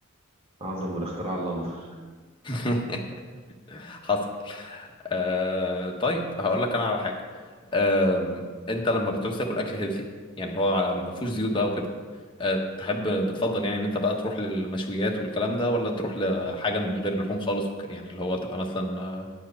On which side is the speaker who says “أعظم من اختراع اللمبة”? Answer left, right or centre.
Right